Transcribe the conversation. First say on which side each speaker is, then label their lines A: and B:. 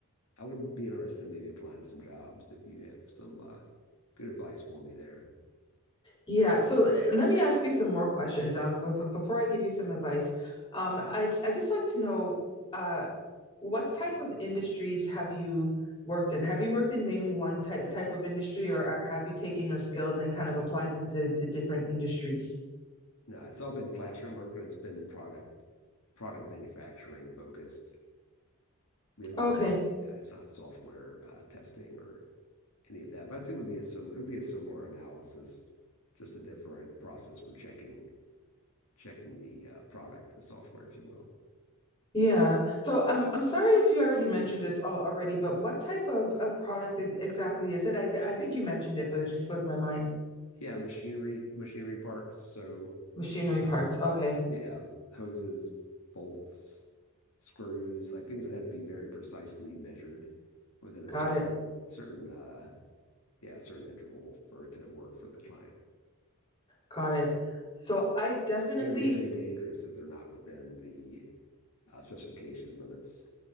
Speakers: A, on the left; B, on the left.
A: I would be interested in maybe applying to some jobs if you have some uh, good advice for me there.
B: Yeah, so uh, let me ask you some more questions. Um, but before I give you some advice, um, I I just like to know, uh, what type of industries have you worked in? Have you worked in mainly one ty type of industry, or, or have you taken your skills and kind of applied them to, to different industries?
A: No, it's all been classroom work and it's been product product manufacturing focused. We haven't
B: Okay.
A: done, yeah, it's not software uh, testing or any of that. But I'd it would be a sim it would be a similar analysis, just a different process for checking checking the uh, product, the software, if you will.
B: Yeah. So um, I'm sorry if you already mentioned this all already, but what type of uh, product e- exactly is it? I, I think you mentioned it, but it just slipped my mind.
A: Yeah, machinery machinery parts. So
B: Machinery
A: um,
B: parts. Okay.
A: yeah, hoses, bolts, screws, like things that have to be very precisely measured within a
B: Got
A: certain
B: it.
A: certain uh, yeah certain interval for it to work for the client.
B: Got it. So I definitely
A: It can be very dangerous if they're not within the uh, specification limits.